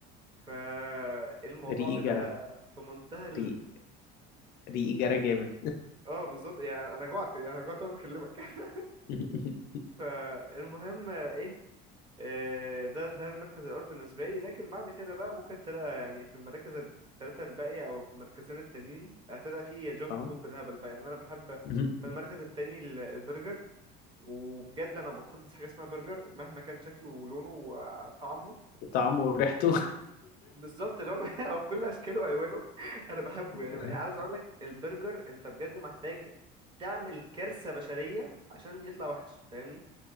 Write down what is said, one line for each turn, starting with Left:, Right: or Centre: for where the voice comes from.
Right: فالموضوع
Left: ريقي
Right: بيبقى
Left: جرى
Right: في منتهى
Left: ريقي ريقي جرى جامد
Right: اه بالظبط يعني انا جوعت يعني انا جوعت وانا بكلمك <laughs>
Left: <laughs>
Right: فالمهم آه، ايه آه، ده ده المركز الاول بالنسبه لي لكن بعد كده بقى ممكن تلاقي يعني في المراكز الثلاثه الباقيه او في المركزين التانيين هتلاقي فيه جانك
Left: اه
Right: فود بالهبل بقى يعني انا بحب
Left: مم.
Right: في المركز التاني ال- البرجر وبجد انا بقدس حاجه اسمها برجر مهما كان شكله ولونه وطعمه
Left: طعمه وريحته
Right: بالظبط اللي هو <laughs> هو بكل اشكاله والوانه <laughs> انا بحبه
Left: <laughs>
Right: يعني عايز اقول لك البرجر انت بجد محتاج تعمل كارثه بشريه عشان يطلع وحش فاهمني